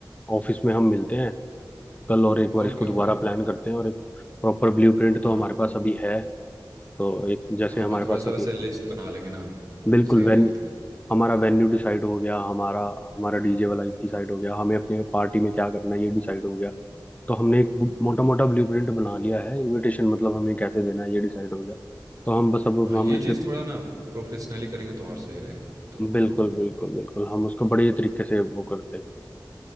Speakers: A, on the left; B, on the right.
A: ऑफिस में हम मिलते हैं कल और एक बार
B: Okay
A: इसको दोबारा
B: okay
A: प्लान करते हैं और एक प्रॉपर ब्लूप्रिंट
B: हाँ
A: तो हमारे पास अभी है तो एक जैसे
B: हाँ
A: हमारे
B: थोड़ा
A: पास
B: सा
A: अभी
B: वैसे लिस्ट बना लेंगे ना
A: बिल्कुल
B: वो सही
A: वेन
B: रहेगा फिर
A: हमारा वेन्यू डिसाइड हो गया हमारा हमारा डीजे वाला डिसाइड हो गया हमें अपने पार्टी में क्या करना है ये डिसाइड हो गया तो हमने एक
B: हाँ
A: मोटा मोटा ब्लूप्रिंट बना लिया है इनविटेशन मतलब हमें कैसे देना है ये डिसाइड हो गया तो हम बस अब
B: हाँ
A: हम
B: ये
A: उसे
B: चीज़ थोड़ा ना प्रोफेशनली करेंगे तो और सही रहेगा तो
A: बिल्कुल
B: हाँ
A: बिल्कुल बिल्कुल हम उसको बड़े तरीके से वो करते हैं